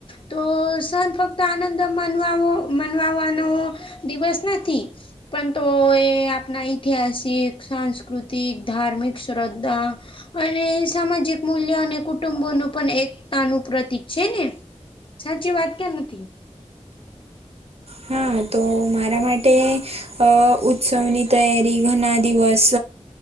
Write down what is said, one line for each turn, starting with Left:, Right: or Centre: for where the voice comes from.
Left: તો સન ફક્ત આનંદ મનવા માણવાનો દિવસ નથી પણ તો એ આપણા ઐતિહાસિક સાંસ્કૃતિક ધાર્મિક શ્રદ્ધા અને સામાજિક મૂલ્ય અને કુટુંબોનું પણ એકતાનું પ્રતિક છે ને સાચી વાત કેમ નથી
Right: હા તો મારા માટે અ ઉત્સવની તૈયારી ઘણા દિવસ